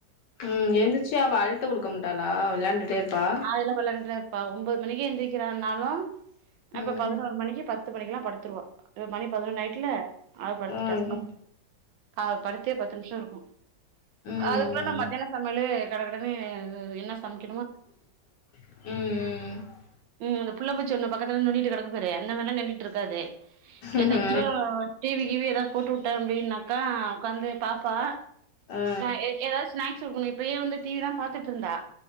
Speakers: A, on the left; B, on the right.
A: ம் எந்திச்சு அவ அழ்ட்டு குடுக்க மாட்டாளா வெளையாண்டுட்டே இருப்பா
B: கால்ல வெளையான்டேருப்பா ஒம்போது மணிக்கி எந்திரிக்கிறனாலும் இப்ப
A: ம்
B: பதுனோரு மணிக்கி பத் த்து மணிக்கெல்லா படுத்துருவா இப்ப மணி பதுனொன்னாய்டுல அவ படுத்துட்டா
A: ம்
B: அவ படுத்தே பத்து நிம்ஷோ இருக்கு
A: ம் ம்
B: அதுக்குள்ள நா மத்தியானோ சமையலு கட கடனு என்ன சமைக்கணுமோ
A: ம் ம் ம்
B: ம் இந்த புள்ளப் பூச்சி ஒண்ணு பக்கத்துல நோண்டிட்டு கெடக்குப்பாரு அந்த மாரிலா நோன்டிட்டுருக்காது
A: ம்
B: எதாச்சு டிவி கீவி எதாவது போட்டுவுட்டே அப்டின்னாக்கா உக்காந்து பாப்பா
A: ஆ
B: அ எ எதாச் ஸ்நாக்ஸ் கொடுக்கணும் இப்பயே ஸ்நாக்ஸ் இருக்குனு இப்பயே வந்து டிவி தா பாத்துட்ருந்தா